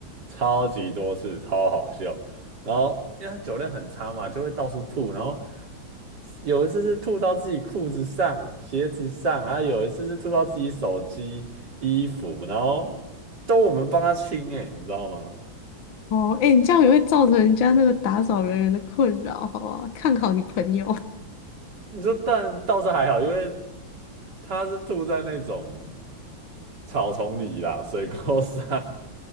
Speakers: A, on the right; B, on the left.
A: 超级多次，超好笑。然后因为他酒量很差嘛，就会到处吐，然后有一次是吐到自己裤子上、鞋子上，然后有一次是吐到自己手机、衣服，然后都我们帮他清哎、你知道吗？
B: 哦，哎，你这样也会造成人家那个打扫人员的困扰，好啊，看好你朋友。
A: 你说但倒是还好，因为他是吐在那种草丛里啦，水沟上，